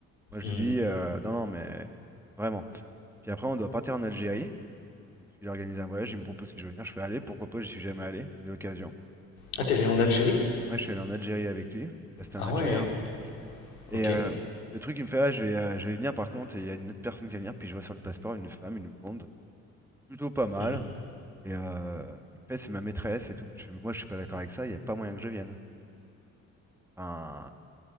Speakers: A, in the centre; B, on the left (about 85°).
A: Moi, je
B: mhm.
A: lui dis, euh, non, non, mais vraiment. Puis après, on doit partir en Algérie. Il a organisé un voyage, il me propose si je veux venir. Je fais aller, pourquoi pas, j'y suis jamais allé, c'est l'occasion.
B: Ah, t'es allé en Algérie?
A: Ouais, je suis allé en Algérie avec lui. Bah, c'était un
B: Ah
A: Algérien.
B: ouais.
A: Et
B: Ok.
A: euh, le truc, il me fait, ah, je vais, euh, je vais venir par contre, et il y a une autre personne qui va venir. Puis je vois sur le passeport une femme, une blonde, plutôt pas mal.
B: Mhm,
A: Et euh, il me fait, c'est ma maîtresse et tout. Je fais, mais moi, je suis pas d'accord avec ça, il n'y a pas moyen que je vienne. Enfin,